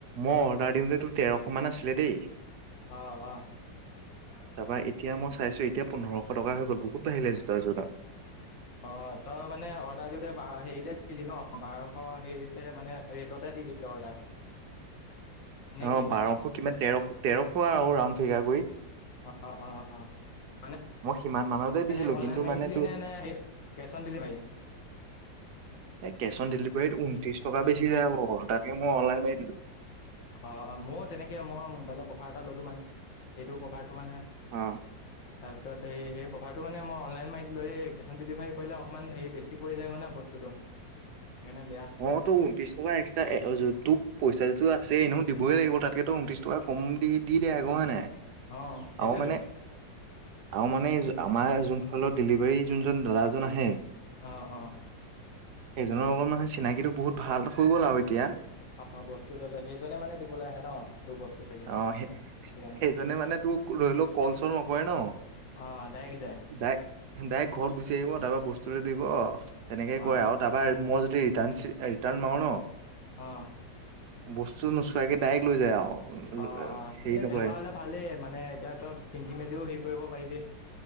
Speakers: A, on the right; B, on the left.
A: মই অৰ্ডাৰ দিওঁতে তোৰ তেৰশ মান আছিলে দেই -
B: অ অ। <unintelligible>
A: তা পা এতিয়া মই চাইছো এতিয়া পোন্ধৰশ টকা হৈ গ'ল বহুত বাঢ়িলে জোতাযোৰ দাম।
B: অ তই মানে অৰ্ডাৰ দিওঁতে হেৰিতে দিলি ন বাৰশ হেৰিতে মানে - ৰেটতে দি দিবি অৰ্ডাৰ। নে
A: অ
B: কি
A: বাৰশ কিমান তেৰশ তেৰশ আৰু ৰাউড ফিগাৰ কৰি।
B: অ অ অ, মানে
A: মই সিমান মানতে দিছিলো
B: ডাইৰেক্ট অলাইন
A: কিন্তু
B: মাৰি
A: মানে
B: দিলি
A: তোৰ
B: নে - কেশ অন ডেলিভাৰী?
A: এ কেছ অন ডেলিভাৰীত ঊনত্ৰিশ টকা বেছি যাব, তাকে মই অনলাইন মাৰি দিলো।
B: অ অ মইয়ো তেনেকে মই মোবাইলৰ কভাৰ এটা ললো মানে সেইটো কভাৰটো মানে -
A: অ।
B: তাৰপিছত সেইভাৰটো মানে মই অনলাইন মাৰিলো এই কেছ অন ডেলিভাৰী কৰিলে অকমান হেৰি বেছি পৰি যায় কাৰণে বস্তু- বস্তুটো সেইকাৰণে বেয়া।
A: অ তো ঊনত্ৰি টকা এক্সট্ৰা যদি তো পইচাটো আছে এনেও দিবয়ে লাগিব তাতকে তো ঊনত্ৰিশ - টকা কম দি দি দে হয় নাই?
B: অ সেইটোৱে
A: আৰু মানে
B: তো।
A: আৰু মানে আমাৰ যোন ফালৰ ডেলিভাৰী যোনজন দাদাজন আহে -
B: অ অ।
A: সেইজনৰ লগত মানে চিনাকিটো বহুত ভাল হৈ গ'ল আৰু এতিয়া।
B: অ বস্তু ললে সেইজনে মানে দিবলে আহে ন তোৰ বস্তু। চাগে
A: অ সেই
B: সেইকাৰণে
A: সেইজনে মানে তোক ধৰি লও কল চল নকৰে ন।
B: অ ডাইৰেক্ট যায়।
A: ডাইক ডাইৰেক্ট ঘৰত গুচি আহিব তাৰপৰা বস্তুটো দিব তেনেকেই
B: অঁ
A: কৰে আও। তাৰপৰা মই যদি ৰিটাৰ্ণ মাৰো ন।
B: অঁ
A: বস্তু নোচোৱাকে ডাইৰেক্ট লৈ যায় আৰু
B: অঁ অঁ
A: হেৰি
B: এই
A: নকৰে।
B: তেনেকুৱা হ'লে ভালেই মানে এতিয়া তই পিন্ধি মেলিও হেৰি কৰিব পাৰিবি।